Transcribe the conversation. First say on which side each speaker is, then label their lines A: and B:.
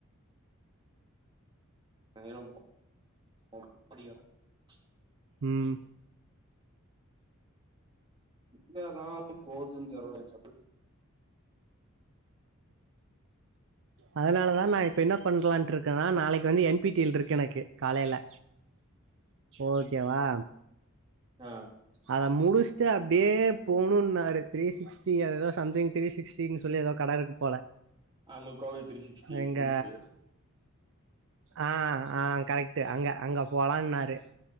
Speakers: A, on the right; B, on the right.
A: <inaudible>
B: ம்
A: எங்கதா போதுன் தெர்ல <inaudible>
B: அதனாலதா நா இப்ப என்ன பண்லான்ட்டு இருக்கேன்னா நாளைக்கு வந்து என் பி டி எல் இருக்கு எனக்கு காலையில ஓகேவா
A: ஆ
B: அத முடுச்ட்டு அப்டியே போணுன்னாரு த்ரீ சிக்ஸ்டி அது ஏதோ சம்திங் த்ரீ சிக்ஸ்டின் சொல்லி ஏதோ கடருக்கு போல
A: ஆமா கோவை த்ரீ சிக்ஸ்டி
B: எங்க
A: உல்ஃபு
B: ஆ ஆ கரெக்ட்டு அங்க அங்க போலான்னாரு